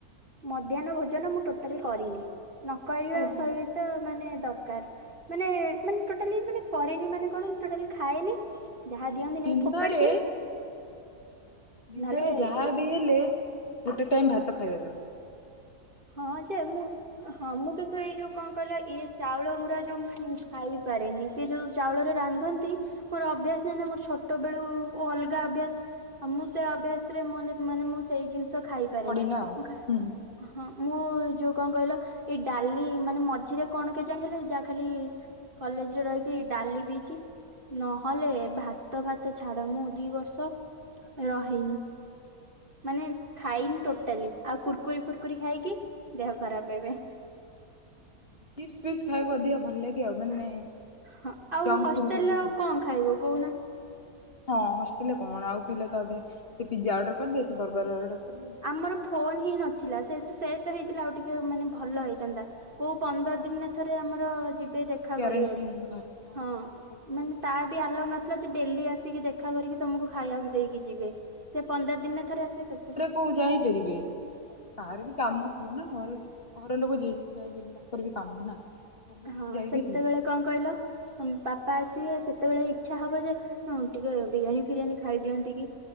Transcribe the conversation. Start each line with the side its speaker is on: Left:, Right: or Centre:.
Right: ମଧ୍ୟାହ୍ନ ଭୋଜନ ମୁଁ ଟୋଟା କରିନି ନ କରିବା
Left: ଓହୋ
Right: ସହିତ ମାନେ ଦରକାର ମାନେ ମାନେ ଟୋଟାଲି ମାନେ କରେନି ମାନେ କଣୋଟାଲି ଖାନି ଯାହା ଦିଅନ୍ତି ନେଇ
Left: ଦିନରେ
Right: ଫୋପାଡି ଦିଏ
Left: ଦିନରେ
Right: ନହେଲେ
Left: ଯାହା
Right: ଏ
Left: ବି ହେଲେ ଗୋଟେ ଟାଇମ୍ ଭାତ ଖାଇବା ଦରକାର୍।
Right: ହଁ ଯେ ମୁଁ ହଁ ମୁଁ କିନ୍ତୁ ଏଇ ଯୋଉ କଣ କହିଲ ଇଏ ଚାଉଳ ଗୁରା ଯୋଉ ମୁଁ ଖାଇପାରେନି। ସେ ଯୋଉ ଚାଉଳରେ ରାନ୍ଧନ୍ତ ମୋର ଅଭ୍ୟାସ ନାହିଁ ନା ମୋର ଛୋଟ ବେଳୁ ଅଲଗା ଅଭ୍ୟାସ ଆଉ ମୁଁ ସେ ଅଭ୍ୟାସ ରେ ମୁଁ ମାନେ ମୁଁ ସେଇ ଜିନିଷ ଖାଇପାରେ
Left: ପଡିନା
Right: ନା,
Left: ଆଉ
Right: ମୁଁ ଖା
Left: ହୁଁ।
Right: ହଁ ମୁଁ ଯୋଉ କଣ କହିଲ ଏଇ ଡାଲି ମାନେ ମଝିରେ କଣ କେଜାଣି ହେଲେ ଯାହା ଖାଲି କଲେଜ ରେ ରହିକି ଡାଲି ପିଇଛି। ନହେଲେ ଭାତ ଫାତ ଛାଡ ମୁଁ ଦି ବର୍ଷ ରହିନୁ। ମାନେ ଖାଇନି ଟୋଟାଲି, ଆଉ କୁର୍କୁରି ଫୁୁରକୁରି ଖାଇକି ଦେହ ଖରାପ ଏବେ।
Left: ଚିପସ ଫିପ୍ସ୍ ଖାଇବାକୁ ଅଧିକ ଭଲ ଲାଗେ ଆଉ ମାନେ
Right: ହଁ ଆଉ
Left: ଜଙ୍କ
Right: ହଷ୍ଟେଲରେ
Left: ଫୁଡ ସବୁ
Right: ଆଉ କଣ ଖାଇବ କୋଉନା?
Left: ହଁ ହଷ୍ଟେଲରେ କଣ ଆଉ ପିଲା ତ ଅଧା ସେ ପିଜ୍ଜା ଅର୍ଡର କରିଦେ ସେ ବର୍ଗର ଅର୍ଡର କରିଦେ।
Right: ଆମର ଫୋନ ହିଁ ନଥିଲା, ସେ ସେ ତ ହେଇଥିଲା ଆଉ ଟିକେ ମାନେ ଭଲ ହେଇଥାନ୍ତା। କୋଉ ପନ୍ଦର ଦିନରେ ଥରେ ଆମର ଯିବେ ଦେଖା
Left: ପ୍ୟାରେଣ୍ଟସ୍
Right: କରିବାକୁ,
Left: ଯିବେନି ଘର
Right: ହଁ।
Left: ଘର ଲୋକେ ଯିବେ
Right: ମାନେ
Left: ଦେଖିବା
Right: ତାର ବି ଆଲାଉ ନଥିଲା ଯେ ଡେଲି ଆସିକି ଦେଖା କରିକି ତମକୁ ଖାଇବାକୁ ଦେଇକି ଯିବେ। ସେ ପନ୍ଦର ଦିନରେ ଥରେ ଆସିବେ ସେଥି
Left: କୁ ଯାଇପାରିବେ। କାହାର ବି କାମ ଥିବ ନା, ଘର ଘର ଲୋକ ଯେତତି ଯା ତାଙ୍କର ବି କାମ ନା। ସବୁଦିନ
Right: ହଁ
Left: ଯାଇପାରିବେ
Right: ସେତେବେଳେ କଣ କହିଲ, ବାପା ଆସିବେ ସେତେବେଳେ ଇଚ୍ଛା ହବ ଯେ ହଁ ଟିକେ ବିରିୟାନୀ ଫିରିୟାନୀ ଖାଇଦିଅନ୍ତି କି।